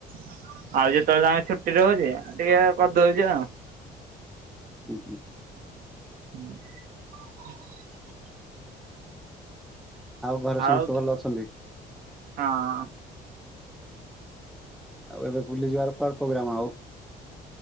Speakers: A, on the right; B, in the centre.
A: ଆଉ ଯେତେଳେ ତାଙ୍କ ଛୁଟି ରୋହୁଜି ଟିଏ କରିଦଉଛି ଆଉ।
B: ହୁଁ ହୁଁ।
A: ହୁଁ ହ <unintelligible>
B: ଘରେ
A: ଆଉ
B: ସମସ୍ତେ ଭଲ ଅଛନ୍ତି?
A: ହଁ।
B: ଆଉ ଏବେ ବୁଲି ଯିବାର କୁଆ ପ୍ରୋଗ୍ରାମ ଆଉ?